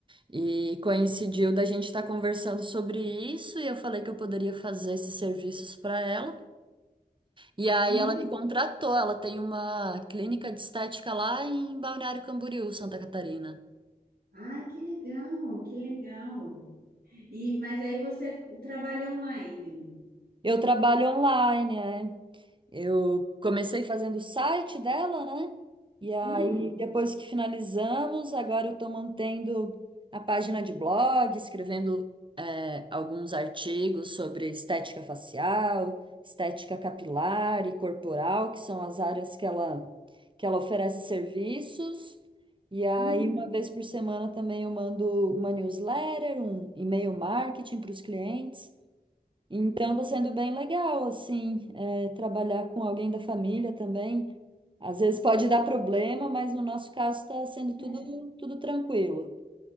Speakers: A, on the right; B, on the right.
A: e coincidiu da gente estar conversando sobre isso, e eu falei que eu poderia fazer esses serviços para ela. E aí
B: uhum.
A: ela me contratou, ela tem uma clínica de estética lá em Balneário Camboriú, Santa Catarina.
B: Ai, que legal, que legal. E mas aí você trabalha online.
A: Eu trabalho online, é. Eu comecei fazendo o site dela, né? E aí,
B: Hum,
A: depois que finalizamos, agora eu estou mantendo a página de blog, escrevendo é, alguns artigos sobre estética facial, estética capilar e corporal, que são as áreas que ela, que ela oferece serviços. E aí,
B: hum.
A: uma vez por semana também eu mando uma newsletter, um e-mail marketing para os clientes. Então, está sendo bem legal, assim, é, trabalhar com alguém da família também. Às vezes pode dar problema, mas no nosso caso está sendo
B: É.
A: tudo, tudo tranquilo.